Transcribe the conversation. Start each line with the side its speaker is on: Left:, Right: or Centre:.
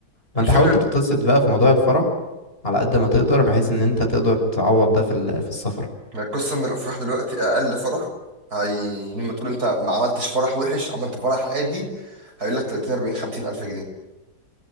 Left: ما
Right: الفكره
Left: انت حاول تتبسط بقى في موضوع الفرح على قد ما تقدر بحيث ان انت تقدر تعوض ده في ال- في السفر
Right: إن القصه ان الافراح دلوقتي اقل فرح هي لما تقول انت ما عملتش فرح وحش عملت فرح عادي هيقول لك 30 40 50 الف جنيه